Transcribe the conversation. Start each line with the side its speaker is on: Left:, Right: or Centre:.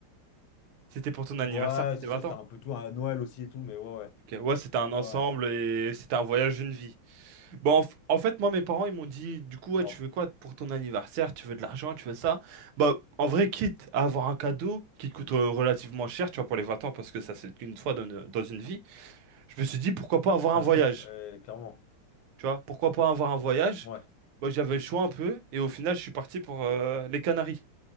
Right: C'était pour ton anniversaire,
Left: Ouais,
Right: pour tes
Left: c'est
Right: 20
Left: ça, c'était
Right: ans.
Left: un peu tout. hein, Noël aussi et tout, mais ouais, ouais.
Right: Ok, Ouais, c'était un
Left: Ouais,
Right: ensemble
Left: ouais,
Right: et c'était un voyage d'une vie. Bon, en, f- en fait, moi, mes parents, ils m'ont dit, du coup,
Left: grave.
Right: ouais, tu veux quoi pour ton anniversaire? Tu veux de l'argent? Tu veux ça? Bah, en vrai, quitte à avoir un cadeau qui coûte euh, relativement cher, tu vois, pour les 20 ans, parce que ça, c'est qu'une fois dans, une- dans une vie, je me suis dit, pourquoi pas avoir
Left: Ça
Right: un voyage?
Left: se pète, ouais, clairement.
Right: Tu vois, pourquoi pas avoir un voyage?
Left: Ouais.
Right: Bah, j'avais le choix un peu et au final, je suis parti pour euh, les Canaries,